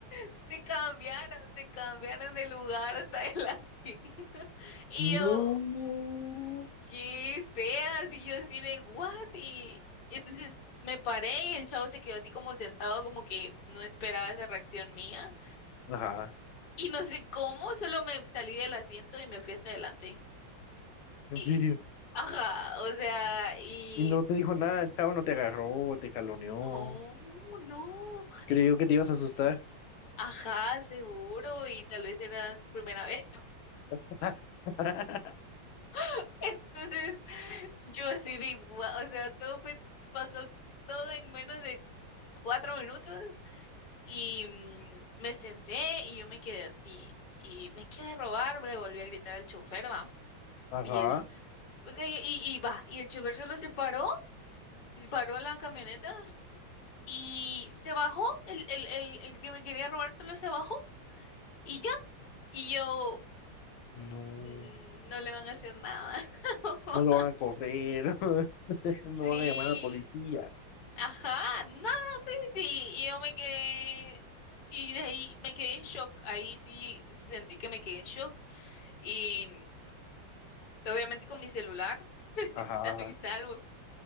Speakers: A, on the left; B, on the left.
A: se cambiaron, se cambiaron de lugar hasta adelante. <laughs> Y yo,
B: No.
A: qué feas. Y yo así de, what? Y entonces me paré y el chavo se quedó así como sentado, como que no esperaba esa reacción mía.
B: Ajá.
A: Y no sé cómo, solo me salí del asiento y me fui hasta adelante.
B: ¿En
A: Y,
B: serio?
A: ajá, o sea, y,
B: Y no te dijo nada, el chavo no te agarró, te caloneó.
A: no, no,
B: Creyó que te ibas a asustar.
A: ajá, seguro, y tal vez era su primera vez.
B: <laughs>
A: <laughs> Entonces, yo así de igual, o sea, todo fue- pasó todo en menos de cuatro minutos y mm, me senté y yo me quedé así. Y me quiere robar, le volví a gritar al chofer, va.
B: Ajá.
A: Y él, pues, y, y, y va, y el chofer solo se paró paró la camioneta y se bajó, el, el, el, el que me quería robar solo se bajó y ya. Y yo,
B: No.
A: "Mm, no le van a hacer nada. <laughs>
B: no lo van a correr, <laughs> no
A: Sí,
B: van a llamar a la policía.
A: ajá, nada, pues sí. Y yo me quedé, y de ahí me quedé en shock. Ahí sí sentí que me quedé en shock. Y obviamente con mi celular, <laughs>
B: Ajá,
A: sano y salvo.